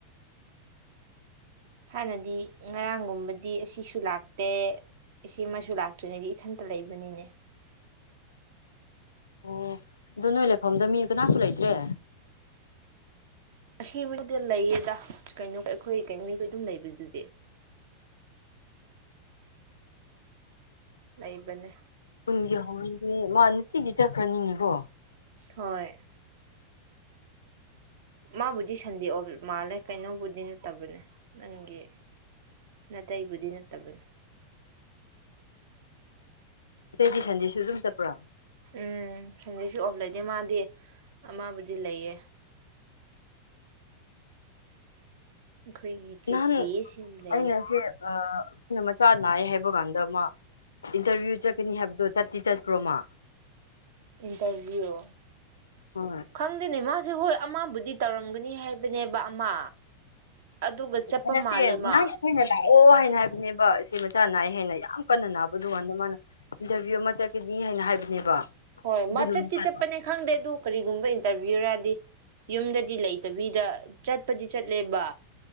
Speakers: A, on the right; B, on the left.
A: ꯍꯥꯟꯅꯗꯤ ꯉꯔꯥꯡꯒꯨꯝꯕꯗꯤ ꯑꯁꯤꯁꯨ ꯂꯥꯛꯇꯦ ꯑꯁꯤꯃꯁꯨ ꯂꯥꯛꯇ꯭ꯔꯤꯉꯩꯗꯤ ꯏꯊꯟꯇ ꯂꯩꯕꯅꯤꯅꯦ
B: ꯑꯣ ꯑꯗ ꯅꯣꯏ ꯂꯩꯐꯝꯗ ꯃꯤ ꯀꯅꯥꯁꯨ ꯂꯩꯇ꯭ꯔꯦ
A: ꯑꯁꯤ ꯃꯤꯅꯤꯗ ꯂꯩꯌꯦꯗ ꯀꯩꯅꯣ ꯑꯩꯈꯣꯏ ꯃꯤꯈꯣꯏ ꯑꯗꯨꯝ ꯂꯩꯕꯗꯨꯗꯤ ꯂꯩꯕꯅꯦ
B: ꯒꯤ ꯍꯧꯔꯗꯤ ꯃꯥ ꯅꯨꯡꯇꯤꯒꯤ ꯆꯠꯈ꯭ꯔꯅꯤꯅꯦꯀꯣ
A: ꯍꯣꯏ ꯃꯥꯕꯨꯗꯤ ꯁꯟꯗꯦꯛꯑꯣ ꯃꯥꯜꯂꯦ ꯀꯩꯅꯣꯕꯨꯗꯤ ꯅꯠꯇꯕꯅꯦ ꯅꯪꯒꯤ ꯅꯥꯇꯩꯕꯨꯗꯤ ꯅꯠꯇꯕꯅꯦ
B: ꯑꯇꯩꯗꯤ ꯁꯟꯗꯦꯁꯨ ꯑꯗꯨꯝ ꯆꯠꯄ꯭ꯔꯣꯥ
A: ꯎꯝ ꯁꯟꯗꯩꯁꯨ ꯑꯣꯐ ꯂꯩꯇꯦ ꯃꯥꯗꯤ ꯑꯃꯕꯨꯗꯤ ꯂꯩꯌꯦ ꯑꯩꯈꯣꯏꯒꯤ ꯆꯤꯆꯤꯁꯤ
B: ꯅꯍꯥꯟ
A: ꯂꯩꯌꯦ
B: ꯑꯩꯅꯁꯦ ꯑꯩꯈꯣꯏꯅ ꯃꯆꯥ ꯅꯥꯏ ꯍꯥꯏꯕ ꯀꯥꯟꯗ ꯃꯥ ꯏꯟꯇꯔꯚꯤꯌꯨ ꯆꯠꯀꯅꯤ ꯍꯥꯏꯕꯗꯣ ꯆꯠꯇꯤ ꯆꯠꯄ꯭ꯔꯣ ꯃꯥ
A: ꯏꯟꯇꯔꯚꯤꯌꯨ
B: ꯍꯣꯏ
A: ꯈꯪꯗꯅꯦ ꯃꯥ ꯁꯦ ꯍꯣꯏ ꯑꯃꯕꯨꯗꯤ ꯇꯧꯔꯝꯒꯅꯤ ꯍꯥꯏꯕꯅꯦꯕ ꯑꯃ ꯑꯗꯨꯒ ꯆꯠꯄ
B: ꯍꯗꯁꯦ
A: ꯃꯥꯜꯂꯦ
B: ꯅꯪ
A: ꯃꯥ
B: ꯑꯩꯈꯣꯏꯅ ꯂꯥꯛꯑꯣ ꯍꯥꯏꯅ ꯍꯥꯏꯕꯅꯦꯕ ꯏꯆꯦ ꯃꯆꯥ ꯅꯥꯏ ꯍꯥꯏꯅ ꯌꯥꯝ ꯀꯟꯅ ꯅꯥꯕꯗꯨꯀꯥꯟꯗ ꯃꯥꯅ ꯏꯟꯇꯔꯚꯤꯌꯨ ꯑꯃ ꯆꯠꯀꯅꯤ ꯍꯥꯏꯅ ꯍꯥꯏꯕꯅꯦꯕ
A: ꯍꯣꯏ
B: ꯑꯗꯨ
A: ꯃꯥ
B: ꯅꯨꯃꯤꯠꯇ
A: ꯆꯠꯇꯤ ꯆꯠꯄꯅꯦ ꯈꯪꯗꯦ ꯑꯗꯨ ꯀꯔꯤꯒꯨꯝꯕ ꯏꯟꯇꯔꯚꯤꯌꯨꯔꯗꯤ ꯌꯨꯝꯗꯗꯤ ꯂꯩꯇꯕꯤꯗ ꯆꯠꯄꯗꯤ ꯆꯠꯂꯦꯕ